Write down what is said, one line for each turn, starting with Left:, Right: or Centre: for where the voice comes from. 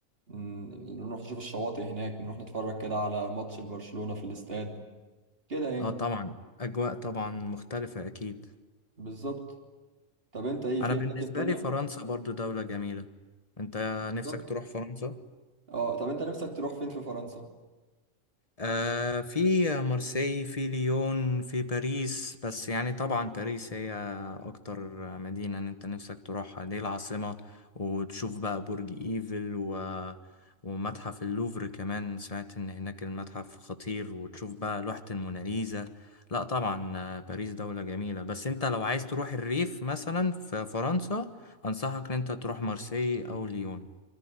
Right: ن- نروح نشوف الشواطئ هناك نروح نتفرج كده على ماتش البرشلونة في الاستاد كده يعني
Left: اه طبعا اجواء طبعا مختلفة اكيد
Right: بالظبط طب انت ايه في
Left: انا بالنسبه
Right: اماكن تانية
Left: لي فرنسا برضو دوله جميله انت
Right: بالظبط
Left: نفسك تروح فرنسا
Right: اه طب انت نفسك تروح فين في فرنسا
Left: آه في مارسي في ليون في باريس بس يعني طبعا باريس هي اكتر مدينة ان انت نفسك تروحها دي العاصمة وتشوف بقى برج ايفل و... ومتحف اللوفر كمان سمعت ان هناك المتحف خطير وتشوف بقى لوحة الموناليزا لا طبعا آه، باريس دولة جميلة بس انت لو عايز تروح الريف مثلا في فرنسا انصحك ان انت تروح مارسي او ليون